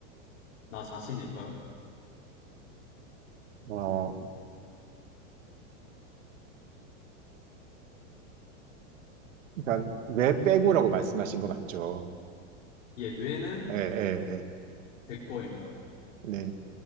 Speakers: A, on the left; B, on the right.
A: 나 자신일까요?
B: 어, 일단, 뇌 빼고라고 말씀하신 거 맞죠?
A: 예, 뇌는
B: 예, 예, 예.
A: 제 거입니다.
B: 네.